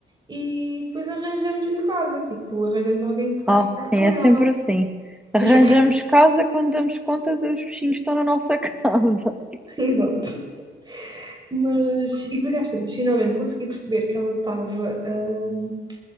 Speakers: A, on the right; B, in the centre.
A: e depois arranjamos-lhe casa, tipo, arranjamos alguém que vai
B: Ah,
A: ficar
B: sim,
A: com
B: é
A: ela.
B: sempre assim. Arranjamos
A: Yeah,
B: casa quando damos conta dos bichinhos que estão na nossa <laughs> casa.
A: <laughs> exato. Mas, e depois às tantas, finalmente consegui perceber que ela estava ahm,